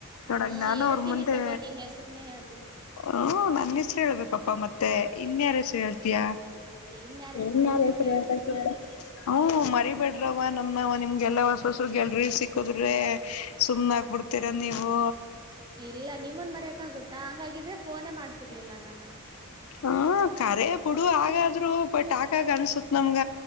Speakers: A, on the left (about 75°); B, on the right (about 20°).
A: ನೋಡಾಗ
B: ಹ್ಮ್
A: ನಾನು
B: ಹೇಳ್ತೀನಿ
A: ಅವ್ರ ಮುಂದೆ
B: ತಗೋ ನಿನ್ ಹೆಸ್ರನೇ ಹೇಳ್ತೀನಿ
A: ಹ್ಮ ನನ್ನ ಹೆಸರು ಹೇಳ್ಬೇಕಪ್ಪಾ ಮತ್ತೆ ಇನ್ಯಾರ ಹೆಸರು ಹೇಳ್ತಯಾ
B: ಇನ್ಯಾರ್ ಹೆಸ್ರು
A: ಹನ್
B: ಹೇಳ್ಬೇಕ್
A: ಯಾರ ಹೆಸರುಳ್ಬೇಕಾ
B: ಹೇಳು.
A: ಕೇಳ ಹ್ಮ ಮರಿ ಬಿೇಡ್ರವ ನಮ್ ನಿಮ್ಗೆಲ್ಲ ಹೊಸ ಹಸರು ಗೆಲ್ರಿಿ ಸಿಕ್ಕುದ್ರೆ ಸುಮ್ನ ಆಗ್ಬಿಡ್ತೀರ ನೀವು
B: ಇಲ್ಲ ನಿಮ್ಮನ್ ಬರಯಕ್ ಆಗತ್ತೆ ಹಂಗಾಗಿದ್ರೆ ಫೋನೇ ಮಾಡ್ತಿರ್ಲಿಲ್ಲ ನಾನು
A: ಹ್ಮ ಕಖರೆ ಬಿುಡು ಹಾಗಗಾದ್ರು ಬಟ್ ಆಾಕಾಗ ಅನ್ಸತ್ ನಮ್ಗ